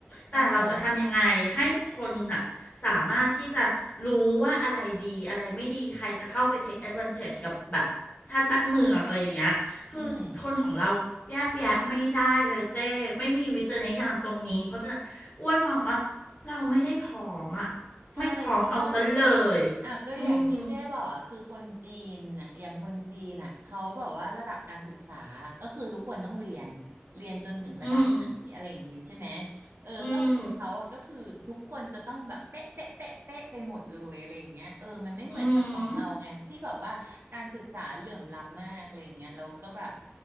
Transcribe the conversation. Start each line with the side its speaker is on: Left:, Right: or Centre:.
Left: แต่เราจะทำยังไงให้คนอ่ะสามารถที่จะรู้ว่าอะไรดีอะไรไม่ดีใครจะเข้าไป
Right: อ่าฮะ
Left: take advantage กับแบบชาติบ้านเมืองอะไรอย่างเงี้ยคือคนของเราแยกแยะไม่ได้เลยเจ้ไม่มีวิจารณญาณตรงนี้เพราะฉะนั้นอ้วนมองว่า
Right: อืม
Left: เราไม่ได้ผอมอ่ะ
Right: ใช่ก็
Left: ไม่ผอมเอาซะเลย
Right: อ่ะก็อย่างที่เจ๊บอกอะคือคนจีนน่ะอย่างคนจีนน่ะเขาแบบว่าระดับการศึกษา
Left: อืม
Right: ก็คือทุกคนต้องเรียน เรียนจนถึงระดับไหนอะไรอย่างงี้ใช่ไหม
Left: อืม
Right: เออก็คือเขาอะก็คือทุกคนจะต้องแบบเป๊ะเป๊ะเป๊ะเป๊ะไปหมดเลยอะไรอย่างเงี้ยเออมันไม่เหมือนกับของเราไงที่แบบว่าการศึกษาเหลื่อมล้ำมากอะไรอย่างเงี้ยแล้วก็แบบ
Left: อืมอืม